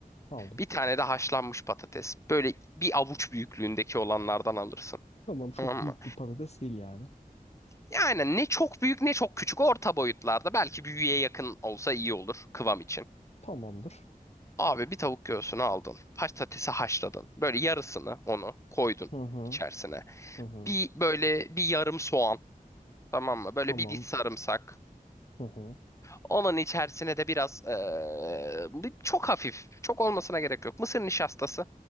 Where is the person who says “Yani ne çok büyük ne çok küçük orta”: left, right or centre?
Left